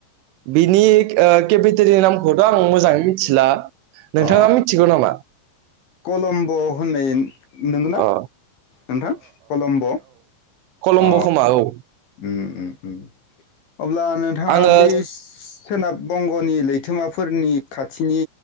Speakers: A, on the right; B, on the left.
A: बिनि केपिटेलनि नामखौथ' आं मोजाङै मिथिला नोंथाङा
B: अ
A: मिथिगौ नामा?
B: कलम्ब' होननाय नोंगो ना नोंथां
A: अ
B: कलम्ब'
A: कलम्ब'खोमा
B: अ
A: औ
B: उम उम उम अब्ला नोंथाङा
A: आङो
B: बे सोनाब बंग'नि लैथोमा फोरनि खाथिनि